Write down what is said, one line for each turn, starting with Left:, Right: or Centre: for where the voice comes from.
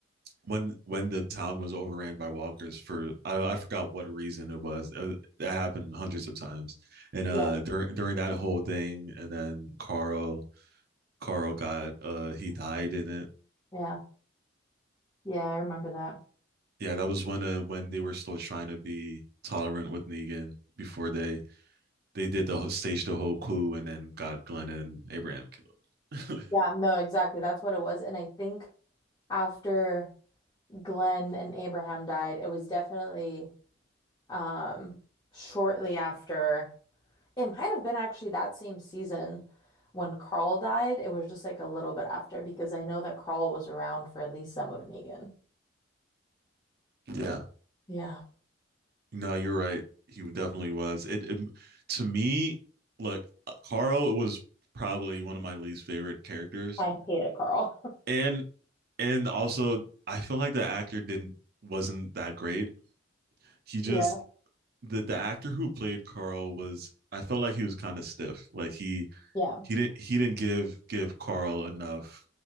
Right: when when the town was overran by walkers for I, I forgot what reason it was. Uh, That happened hundreds of times. And uh
Left: Yeah.
Right: during during that whole thing, and then Carl Carl got uh he died in it.
Left: Yeah. Yeah, I remember that.
Right: Yeah, that was when uh when they were still trying to be tolerant with Negan before they they did the whole, staged the whole coup and then got Glenn and Abraham killed.
Left: Yeah, no, exactly. That's what it was. And I think after Glenn and Abraham died, it was definitely um shortly after. It might have been actually that same season when Carl died. It was just like a little bit after because I know that Carl was around for at least some of Negan.
Right: <laughs> yeah,
Left: Yeah.
Right: no, you're right. He definitely was. It, it to me, look, Carl was probably one of my least favorite characters,
Left: I hated Carl.
Right: and and also I feel like the actor didn't wasn't that great. He just
Left: Yeah.
Right: the the actor who played Carl was I felt like he was kind of stiff. Like he
Left: Yeah.
Right: he didn't he didn't give give Carl enough